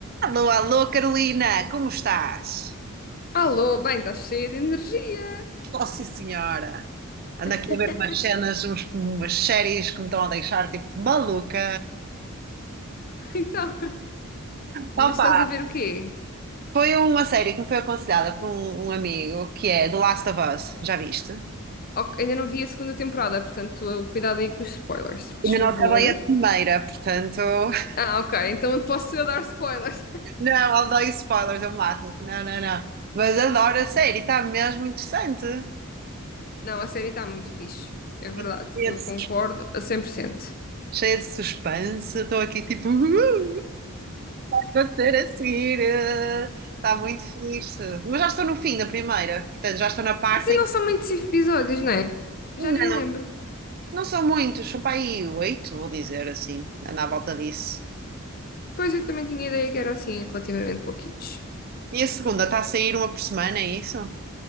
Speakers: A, on the right; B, on the left.
A: Alô, alô, Carolina, como estás?
B: Alô, bem, estás cheia de energia.
A: Oh, sim, senhora. Ando
B: <laughs>
A: aqui a ver umas cenas, uns- umas séries que me estão a deixar tipo maluca.
B: Então,
A: Opa,
B: mas estás a ver o quê?
A: foi uma série que me foi aconselhada por um, um amigo que é The Last of Us, já viste?
B: Ok, ainda não vi a segunda temporada, portanto, cuidado aí com os spoilers, se faz
A: Ainda
B: favor.
A: não acabei a primeira, portanto. <laughs>
B: Ah, ok, então posso eu dar spoilers.
A: Não, eu dou spoilers, eu mato-te. Não, não, não. Mas adoro a série, está mesmo interessante.
B: Não, a série está muito fixe. É verdade,
A: E Cheia
B: eu
A: de, sus-
B: concordo a 100%.
A: cheia de suspense, estou aqui tipo. <laughs> Vou ter a seguir. eh, Está muito fixe. Mas já estou no fim da primeira. Portanto, já estou na parte
B: Se não
A: em que.
B: são muitos episódios, não é?
A: Não,
B: Já nem me lembro.
A: não são muitos. São para aí oito, vou dizer assim. Anda à volta disso.
B: Pois eu também tinha ideia que eram assim, relativamente pouquitos.
A: E a segunda está a sair uma por semana, é isso?